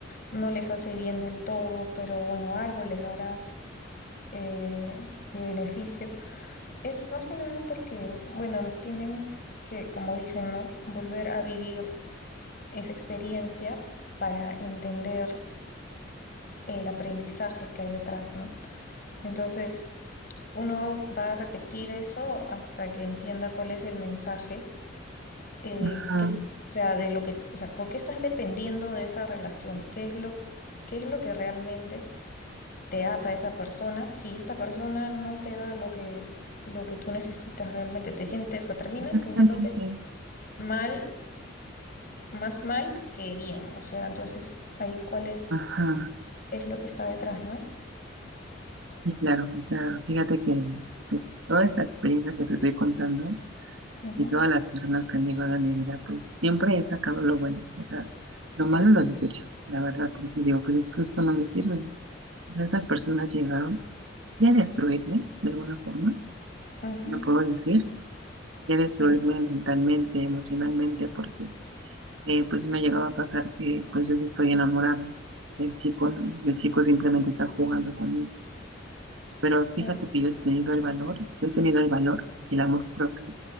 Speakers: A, on the left; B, on the right.
A: no les hace bien del todo, pero bueno, algo les dará eh, de beneficio, es más que nada porque, bueno, tienen que, como dicen, ¿no? Volver a vivir esa experiencia para entender el aprendizaje que hay detrás, ¿no? Entonces, uno va a repetir eso hasta que entienda cuál es el mensaje eh,
B: Ajá,
A: que, o sea, de lo que, o sea, ¿por qué estás dependiendo de esa relación? ¿Qué es lo, qué es lo que realmente te ata a esa persona? Si esta persona no te da lo que, lo que tú necesitas realmente, te sientes, o terminas
B: exactamente.
A: sintiéndote mal, más mal que bien. O sea, entonces ahí cuál es,
B: Ajá,
A: es lo que está detrás, ¿no?
B: y claro, o sea, fíjate que de toda esta experiencia que te estoy contando
A: Ujú,
B: y todas las personas que han llegado a mi vida, pues siempre he sacado lo bueno, o sea, lo malo lo desecho, la verdad, porque digo, pues es que esto no me sirve. O sea, estas personas llegaron sí a destruirme de alguna forma,
A: ujú,
B: si no puedo decir, que destruirme
A: ujú,
B: mentalmente, emocionalmente, porque eh, pues sí me llegaba a pasar que pues yo sí estoy enamorada del chico, ¿no? Y el chico simplemente está jugando conmigo. Pero fíjate
A: exacto,
B: que yo he tenido el valor, yo he tenido el valor y el amor propio